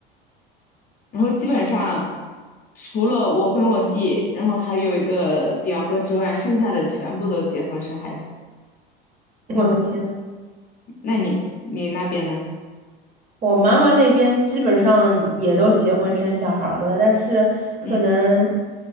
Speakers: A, on the left; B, on the right.
A: 然后基本上除了我跟我弟，然后还有一个表哥之外，剩下的全部都结婚生孩子。
B: <laughs> 我的天呐！
A: 那你你那边呢？
B: 我妈妈那边基本上也都结婚生小孩儿了，但是可能
A: 嗯